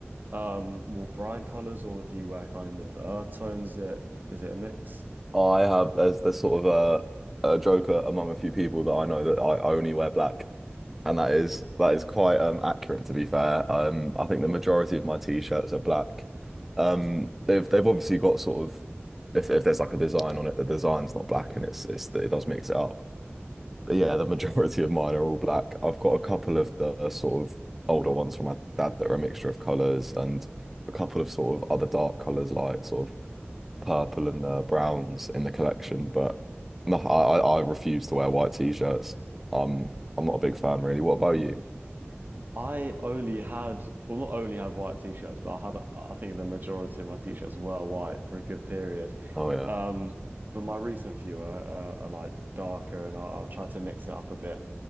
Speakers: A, on the right (about 45°); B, in the centre.
A: um more bright colors or do you wear kind of earth tones? Is it is it a mix?
B: I have there's there's sort of a a joker among a few people that I know that I I only wear black. And that is that is quite um accurate to be fair. Um I think the majority of my t-shirts are black. Um they've they've obviously got sort of if if there's like a design on it, the design's not black and it's it's it does mix it up. But yeah, the majority of mine are all black. I've got a couple of the sort of older ones from my dad that are a mixture of colours and a couple of sort of other dark colours like sort of purple and uh, browns in the collection. But no, I, I I refuse to wear white t-shirts. Um, I'm not a big fan really. What about
A: <laughs>
B: you?
A: I only had, well, not only had white t-shirts, but I had, I think the majority of my t-shirts were white for a good period.
B: Oh yeah.
A: Um, but my recent few are, are, are like darker, and I'll, I'll try to mix it up a bit.